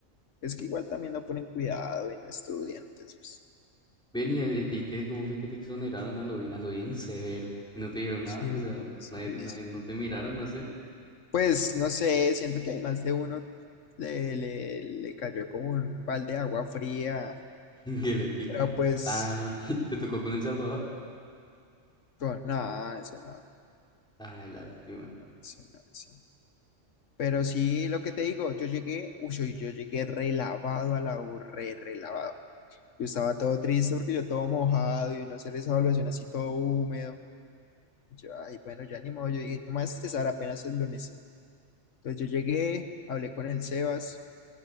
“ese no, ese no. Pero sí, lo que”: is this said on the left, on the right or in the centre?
Left